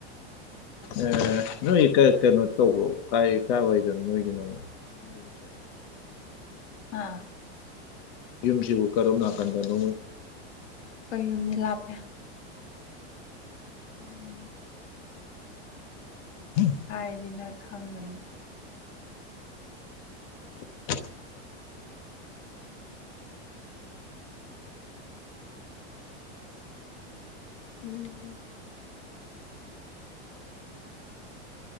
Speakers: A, on the left; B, on the left.
A: ꯑꯥ ꯅꯣꯏ ꯀꯩ ꯀꯩꯅꯣ ꯇꯧꯕꯣ ꯀꯥꯏ ꯀꯥꯏꯋꯥꯏꯗꯅꯣ ꯅꯣꯏꯒꯤꯅ ꯑꯃꯨꯛ꯫ ꯌꯨꯝꯁꯦ꯫
B: ꯍꯥꯥ
A: ꯌꯨꯝꯁꯤꯕꯨ ꯀꯗꯣꯝ ꯅꯥꯀꯟꯗꯅꯣ꯫
B: ꯑꯩꯈꯣꯏ ꯌꯨꯝꯗꯤ ꯂꯥꯞꯄꯦ꯫
A: ꯎꯝ ꯎꯝ <inaudible>
B: ꯍꯥꯏꯔꯗꯤ ꯅꯣꯏ ꯈꯪꯒꯅꯤ꯫
A: ꯎꯝ
B: ꯎꯝ